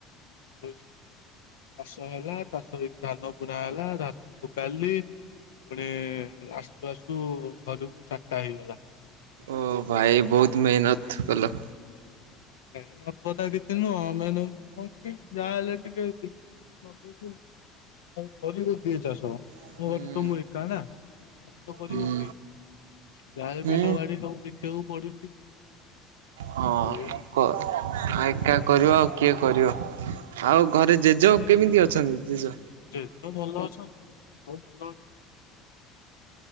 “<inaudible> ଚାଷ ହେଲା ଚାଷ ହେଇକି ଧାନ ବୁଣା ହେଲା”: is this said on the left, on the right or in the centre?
Left